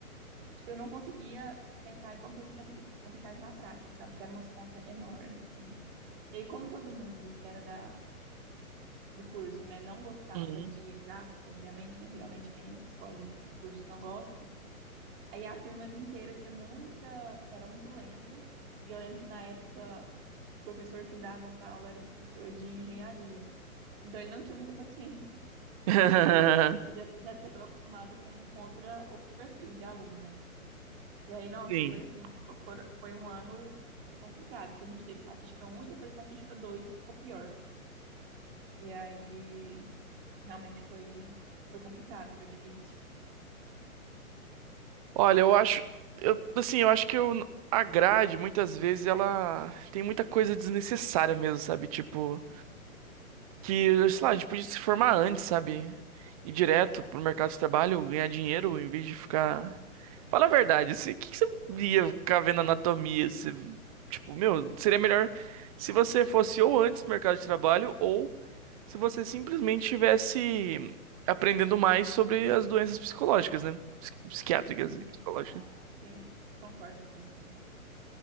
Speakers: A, on the right; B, on the right.
A: tipo, eu não conseguia pensar em como que a gente ia aplica, aplicar isso na prática, sabe? Porque eram umas contas enormes, assim. E aí, como todo mundo que era da, do curso, né, não gostava
B: Uhum.
A: de exatas, obviamente, né? Geralmente quem escolhe esses cursos não gosta. Aí a turma inteira tinha muita, era muito lenta. E eu lembro que na época o professor que dava essa aula era um professor de engenharia. Então ele não tinha muita paciência,
B: <laughs>
A: porque ele já já estava acostumado com, com outra, outro perfil de aluno, né? E aí, nossa,
B: Sim.
A: foi assim, fo- for- foi um ano complicado, porque a gente teve estatística um e depois estatística 2 que ficou pior. E aí, realmente foi, foi complicado, foi difícil.
B: Olha, eu acho, eu, assim, eu acho que eu, a grade, muitas vezes, ela tem muita coisa desnecessária mesmo, sabe? Tipo, que, sei lá, a gente podia se formar antes, sabe? Ir direto pro mercado de trabalho, ganhar dinheiro, em vez de ficar... Fala a verdade, assim, o que que você ia ficar vendo anatomia? Você, tipo, meu, seria melhor se você fosse ou antes do mercado de trabalho, ou se você simplesmente estivesse aprendendo mais sobre as doenças psicológicas, né? Psiqui- Psiquiátricas
A: Sim,
B: e psicológicas.
A: sim, concordo com você.